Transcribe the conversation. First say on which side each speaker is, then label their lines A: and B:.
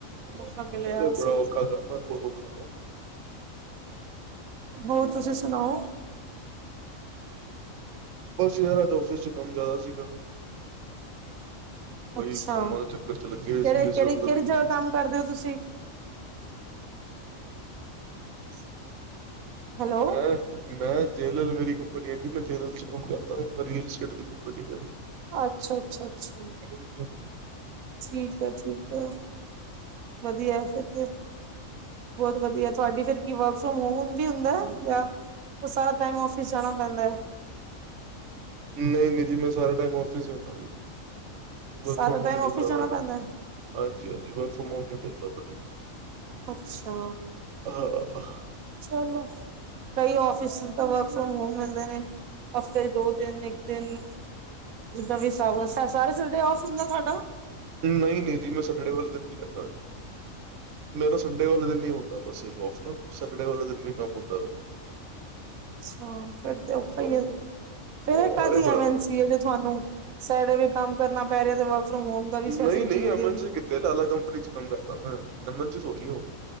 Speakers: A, on the right (about 85°); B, on the right (about 65°).
A: ਮੌਕਾ ਮਿਲਿਆ
B: ਅਰੇ
A: ਸਭ
B: ਬੜਾ ਔਖਾ ਕੰਮ ਬਹੁਤ ਔਖਾ ਕੰਮ ਏ।
A: ਹੋਰ ਤੁਸੀਂ ਸੁਣਾਓ।
B: ਬਸ ਯਾਰ ਅਜ ਆਫਿਸ 'ਚ ਕੰਮ ਜ਼ਿਆਦਾ ਸੀਗਾ। ਉਹੀ
A: ਅੱਛਾ
B: ਕੰਮਾਂ ਦੇ ਚੱਕਰ 'ਚ ਲੱਗੇ ਹੋਏ
A: ਕਿਹੜੇ
B: ਸੀਗੇ
A: ਕਿਹੜੀ-
B: ਸਵੇਰ ਤੋਂ
A: ਕਿਹੜੀ
B: ਲੈ
A: ਜਗ੍ਹਾ
B: ਕੇ ਸ਼ਾਮ।
A: ਕੰਮ ਕਰਦੇ ਹੋ ਤੁਸੀਂ <inaudible> ਹੈਲੋ
B: <unintelligible> ਮੈਂ ਜੇਲਲ ਮੇਰੀ ਕੰਪਨੀ ਹੈ ਜੀ ਮੈਂ ਜੇਲਲ 'ਚ ਕੰਮ ਕਰਦਾ ਰੀਅਲਸਟੇਟ ਦੀ ਕੰਪਨੀ ਮੇਰੀ
A: ਅੱਛਾ- ਅੱਛਾ -ਅੱਛਾ
B: <inaudible>
A: ਠੀਕ ਹੈ ਠੀਕ ਹੈ ਵਧੀਆ ਫਿਰ ਬਹੁਤ ਵਧੀਆ ਤੁਹਾਡੀ ਫਿਰ ਕੀ ਵਰਕ ਫਰੋਮ ਹੋਮ ਵੀ ਹੁੰਦਾ ਹੈ ਜਾਂ ਉਹ ਸਾਰਾ ਟਾਈਮ ਆਫਿਸ ਜਾਣਾ ਪੈਂਦਾ।
B: ਨਹੀਂ -ਨਹੀਂ ਜੀ ਮੈਂ ਸਾਰਾ ਟਾਈਮ ਔਫਿਸ ਹੀ ਹੁੰਦਾ ਜੀ। ਵਰਕ
A: ਸਾਰਾ
B: ਫਰੋਮ ਹੋਮ
A: ਟਾਈਮ
B: ਨੀ ਮਿਲਦਾ
A: ਆਫਿਸ ਜਾਣਾ
B: ਮੈਨੂੰ
A: ਪੈਂਦਾ ਹੈ
B: ਹਾਂਜੀ ਹਾਂਜੀ ਵਰਕ ਫਰੋਮ ਹੋਮ ਨੀ ਮਿਲਦਾ ਮੈਨੂੰ
A: ਅੱਛਾ
B: ਹਾਂ,
A: ਚਲੋ। ਕਈ ਫਿਸ ਤਾਂ ਵਰਕ ਫਰੋਮ ਹੋਮ ਮਿਲਦੇ ਨੇ ਹਫ਼ਤੇ ਦੋ ਦਿਨ ਇੱਕ ਦਿਨ ਜਦਾਂ ਵੀ ਸ ਸਾਰੇ ਸੰਡੇ ਆਫ ਹੁੰਦਾ ਤੁਹਾਡਾ
B: ਨਹੀਂ -ਨਹੀਂ ਜੀ ਮੈਂ ਸੈਟਰਡੇ ਵਾਲੇ ਦਿਨ ਵੀ ਜਾਂਦਾ ਮੇਰਾ ਸੰਡੇ ਵਾਲੇ ਦਿਨ ਨਹੀਂ ਹੁੰ ਬਸ ਔਫ ਨਾ ਸੈਟਰਡੇ ਵਾਲੇ ਦਿਨ ਵੀ ਕੰਮ ਹੁੰਦਾ ਮੈਨੂੰ
A: ਅੱਛਾ ਫੇਰ ਤੇ ਔਖਾ
B: ਹਾਂ।
A: ਆ
B: ਹਾਂ,
A: ਫੇਰ ਕਾਹਦੀ
B: ਅਰੇ ਬੜਾ
A: ਐਮ ਐਨ
B: ਕੰਮ
A: ਸੀ ਜਿ ਤੁਹਾਨੂੰ ਸੈਡੇ ਵੀ ਕੰਮ ਕਰਨਾ ਪੈ ਰਿਹਾ ਤੇ ਵਰਕ ਫਰੋਮ ਹੋਮ ਦਾ ਵੀ
B: ਨਹੀਂ
A: ਫੈਸਿਲਿਟੀ
B: -ਨਹੀਂ ਐਮ
A: ਦੇ
B: ਐਨ
A: ਰਹੀ
B: ਸੀ ਕੀਤੇ ਲਾਲਾ ਕੰਪਨੀ 'ਚ ਕੰਮ ਕਰਦਾ ਮੈਂ ਐਮ ਐਨ ਸੀ ਥੋੜੀ ਉਹ